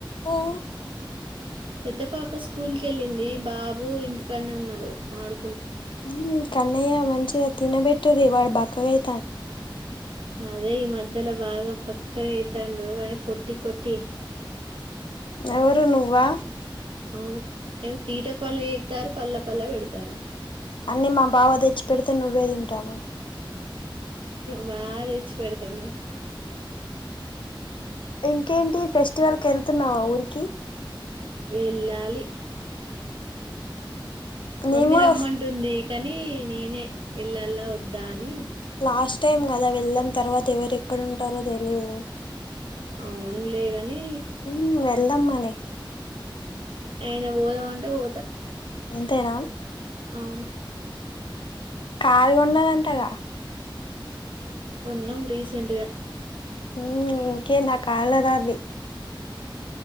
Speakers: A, on the left; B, on the right.
A: ఆ
B: పెద్ద పాప స్కూల్ కి వెళ్ళింది బాబు ఇంటికాడనే ఉన్నాడు ఆడు
A: హ కన్నయ్య మంచిగా తినబెట్ <unintelligible> వాడు బక్కగా అయి
B: అదే ఈ మధ్యలో బాగా బాక్కగాయితనరు అదే కొట్టి కొట్టి
A: ఎవరు నువ్వా
B: అవును ఏ తీట పన్లుచేస్తారు పల్ల పలవెడతన
A: అన్ని మా బావ తెచ్చి పెడితే నువ్వే తింటానవ్
B: బా తేచ్చిపెడుతుండు
A: ఇంకేంటి ఫెస్టివల్ కి వేళ్తున్నావా ఊరికి
B: ఎళ్ళాలి మమ్మీ
A: నేను కూడా
B: రమ్మంటుంది
A: వస్
B: కానీ నేనే వెళ్ళాలా వద్దా అని
A: లాస్ట్ టైం కదా వెళ్ళం తర్వాత ఎవరు ఎక్కడుంటారో తెలీయిదు
B: అవునులేగాని
A: మ్మ్ వెళ్దాం మరి
B: అయన పోదాం అంటే పోతా
A: అంతేనా
B: అవును
A: కాల్గండద అంతగా
B: కొన్నం రీసెంట్గా
A: ఊఉ ఇంకేందక్క కాలరాది